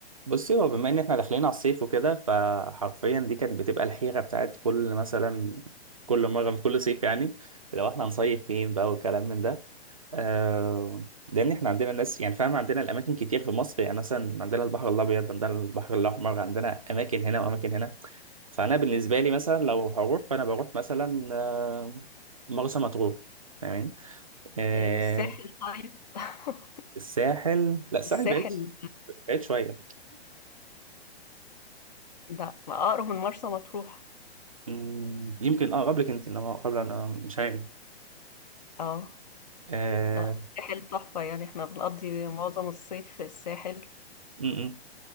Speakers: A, on the right; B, on the left.
A: بصي هو بما ان احنا داخلين على الصيف وكده فحرفيا دي كانت بتبقى الحيرة بتاعت كل مثلا كل مرة في كل صيف يعني لو احنا هنصيف فين بقى والكلام من ده آه لان احنا عندنا ناس يعني فاهم عندنا الاماكن كتير في مصر يعني مثلا عندنا البحر الابيض عندنا البحر الاحمر عندنا اماكن هنا واماكن هنا فانا بالنسبة لي مثلا لو هروح فانا بروح مثلا آه مرسى مطروح فاهمين آه
B: ايه والساحل طيب <laughs>
A: الساحل لا الساحل
B: الساحل
A: بعيد بعيد شوية
B: ده اقرب من مرسى مطروح
A: مم، يمكن اه قبلك انت انما قبل انا مش عارف
B: اه
A: آه
B: لا الساحل تحفة يعني احنا بنقضي معظم الصيف في الساحل
A: م- م-